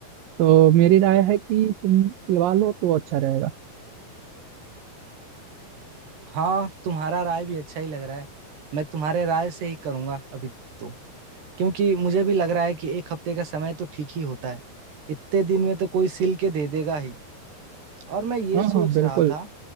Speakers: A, on the right; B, on the right.
A: तो मेरी राय है कि तुम सिलवा लो तो अच्छा रहेगा
B: हाँ तुम्हारा राय भी अच्छा ही लग रहा है मैं तुम्हारे राय से ही करूंगा अभी तो क्योंकि मुझे भी लग रहा है कि एक हफ्ते का समय तो ठीक ही होता है इतने दिन में तो कोई सिल के दे देगा ही और मैं ये
A: हाँ
B: सोच
A: हाँ बिल्कुल
B: रहा था